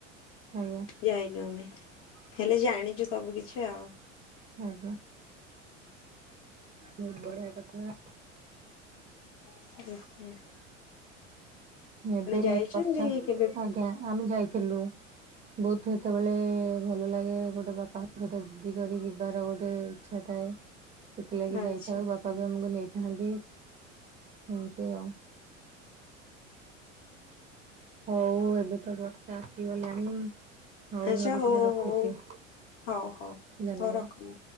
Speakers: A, on the right; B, on the left.
A: ଆଜ୍ଞା
B: ଯାଇନୁ ଆମେ ହେଲେ ଜାଣିଛୁ ସବୁ କିଛି ଆଉ।
A: ଆଜ୍ଞା। ବହୁତ ବଢିଆ କଥାା
B: ଠିକଛି <unintelligible>
A: ଏବେ
B: ଯାଇଛନ୍ତି
A: ବର୍ଷା
B: କେବେ
A: ଆଜ୍ଞା ଆମେ ଯାଇଥିଲୁ। ବହୁତ ସେତେବେଳେ ଭଲ ଲାଗେ ଗୋଟେ ବାପାଙ୍କ ସହିତ ଜିଦି କରି ଯିବାର ଗୋଟେ ଇଚ୍ଛା ଥାଏ। ସେଥିଲାଗି
B: ଆଚ୍ଛା
A: ଯାଇଥାଉ ବାପା ବି ଆମକୁ ନେଇଥାନ୍ତି ଏମତି ଆଉ। ହଉ ଏବେ ତ ବର୍ଷା ଆସିଗଲାଣି। ହଉ
B: ଆଚ୍ଛା
A: ମୁଁ ଏବେ ଟିକେ ରଖୁଛି।
B: ହଉ ହଉ ହଉ
A: ଧନ୍ୟବାଦ।
B: ହଉ ରଖନ୍ତୁ।